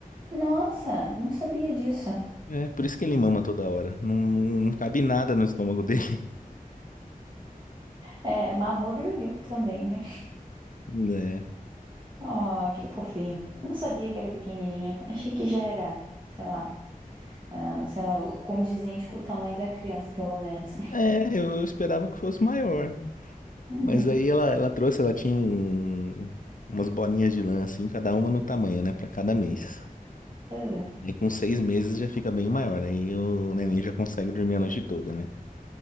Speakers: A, on the right; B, on the left.
A: Nossa, não sabia disso.
B: É, por isso que ele mama toda hora. Não, não cabe nada no estômago dele,
A: É, é, mamou dormiu também, né?
B: <laughs> né?
A: Oh, que fofinho. Não sabia que era pequenininho. Achei que já era, sei lá, ah, sei lá, condizente com o tamanho da criança, pelo menos.
B: É, eu, eu esperava que fosse maior.
A: Hum,
B: Mas aí ela, ela trouxe, ela tinha um- umas bolinhas de lã, assim, cada uma no tamanho, né? Pra cada mês.
A: ah.
B: Aí com seis meses já fica bem maior. Aí o neném já consegue dormir a noite toda, né?